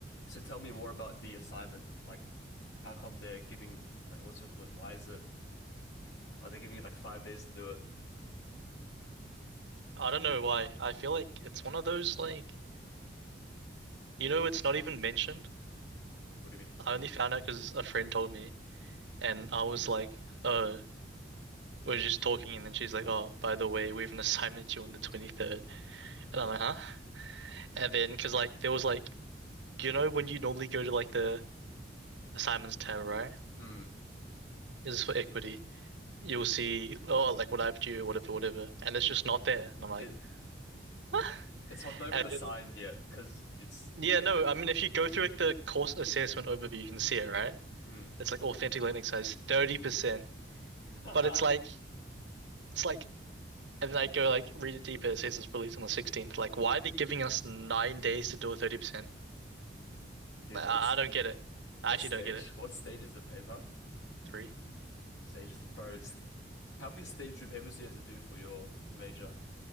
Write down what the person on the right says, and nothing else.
I don't know why. I feel like it's one of those like you know it's not even mentioned.
I only found out because a friend told me, and I was like, "Oh, we're just talking," and then she's like, "Oh, by the way, we have an <laughs> assignment due on the 23rd," and I'm like, "Huh?" And then because like there was like you know when you normally go to like the assignments tab, right?
This is for equity. You'll see oh like what I have due, whatever, whatever, and it's just not there, and I'm like,
what?
And
then,
yeah,
no,
I mean if you go through like the course assessment overview, you can see it, right?
It's like authentic Linux has 30%,
but it's like it's like and then I go like read it deeper. It says it's released on the 16th. Like, why are they giving us nine days to do a 30%?
Like,
I, I don't get it. I
actually
don't get it.
Three.